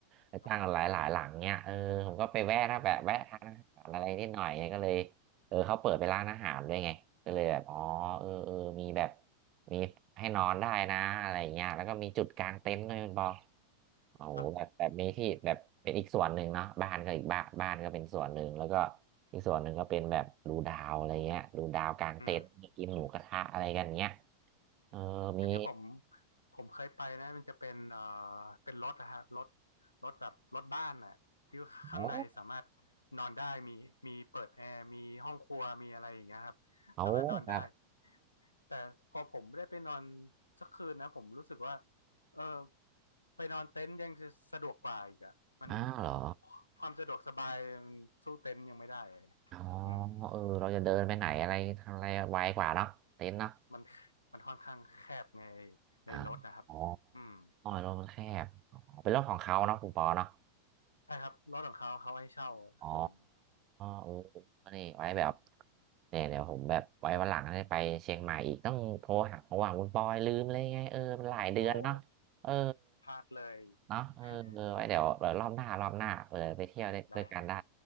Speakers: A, on the right (about 35°); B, on the left (about 80°).
A: ไปตั้งหลายหลายหลังเงี้ยเออผมก็ไปแวะนะแบบแวะทานอาหารอะไรนิดหน่อยไงก็เลย
B: ครับ
A: เออเขาเปิดเป็นร้านอาหารด้วยไงก็เลยแบบอ๋อเออเออมีแบบ
B: ครับ
A: มีให้นอนได้นะอะไรอย่างเงี้ยแล้วก็มีจุดกลางเต็นท์ด้วยคุณปอโอ้โหแบบแบบมีที่แบบเป็นอีกส่วนหนึ่งเนาะบ้านก็อีกบ้านบ้านก็เป็นส่วนหนึ่งแล้วก็
B: ครับ
A: อีกส่วนหนึ่งก็เป็นแบบดูดาวอะไรเงี้ยดูดาวกลางเต็นท์มีกินหมูกระทะอะไรกันเงี้ย
B: อืม
A: เออมี
B: อย่างที่ผมผมเคยไปนะมันจะเป็นเอ่อเป็นรถนะฮะรถรถแบบรถบ้านน่ะที่ข้างในสามารถ
A: โอ้
B: นอนได้มีมีเปิดแอร์มีห้องครัวมีอะไรอย่างเงี้ยครับสามารถนอนได้
A: โอ้ครับ
B: แต่พอผมได้ไปนอนสักคืนนะผมรู้สึกว่าเออไปนอนเต็นท์ยังจะสะดวกกว่าอีกอะมัน
A: อ้าวเหรอ
B: ความสะดวกสบายมันสู้เต็นท์ยังไม่ได้
A: อ๋อ
B: อืม
A: เออเราจะเดินไปไหนอะไรทางอะไรไวกว่าเนาะเต็นท์เนาะ
B: มันมันค่อนข้างแคบในในรถนะครับอืม
A: อ่าอ๋อรถมันแคบอ๋อเป็นรถของเขาเนาะคุณปอเนาะ
B: ใช่ครับรถของเขาเขาให้เช่าอืม
A: อ๋อโอ้นี่ไว้แบบ เนี่ยเดี๋ยวผมแบบไว้วันหลังได้ไปเชียงใหม่อีกต้องโทรหาเพราะว่าคุณปอยลืมเลยไงเออมันหลายเดือนเนาะเออ
B: โอ้โหพลาดเลย
A: เนาะเออเออไว้เดี๋ยวเดี๋ยวรอบหน้ารอบหน้าเออไปเที่ยวด้วยด้วยกันได้
B: <laughs> ได้ฮะ